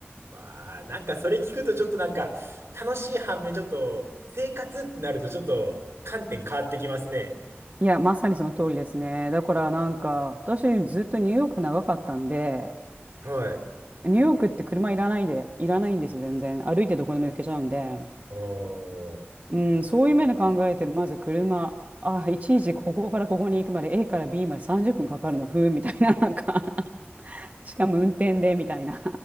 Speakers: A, on the right; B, on the right.
A: わあ、なんかそれ聞くとちょっとなんか楽しい反面ちょっと生活ってなるとちょっと観点変わってきますね。
B: いやまさにその通りですねだからなんか私ずっとニューヨーク長かったんで
A: はい。
B: ニューヨークって車いらないでいらないんですよ全然歩いてどこでも行けちゃうんで
A: おー。
B: うん、そういう面で考えて、まず車、ああ、いちいちここからここに行くまで A から B まで30分かかるの、ふーん、みたいな、なんか <laughs> しかも運転で、みたいな。